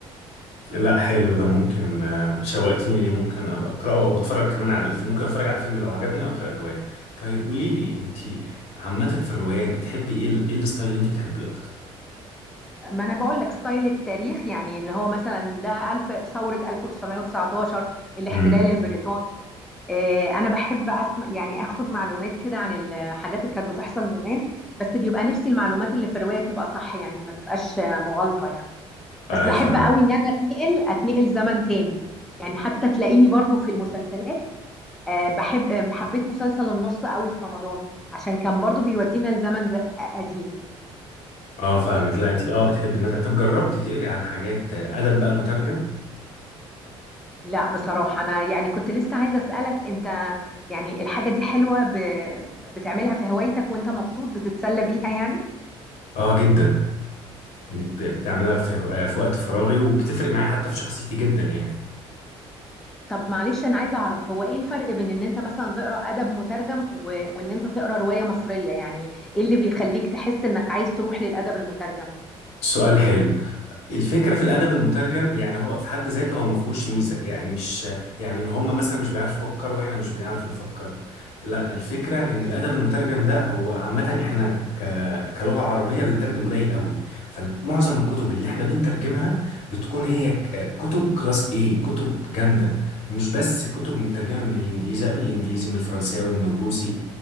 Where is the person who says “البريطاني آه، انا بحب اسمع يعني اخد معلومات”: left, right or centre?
Centre